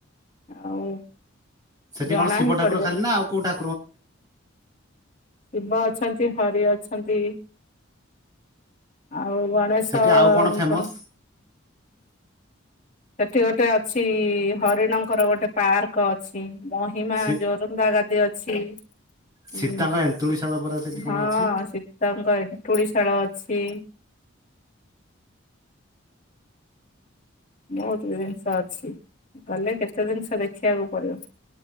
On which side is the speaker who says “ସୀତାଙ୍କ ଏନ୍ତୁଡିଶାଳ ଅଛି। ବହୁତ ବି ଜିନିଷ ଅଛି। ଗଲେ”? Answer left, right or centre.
Left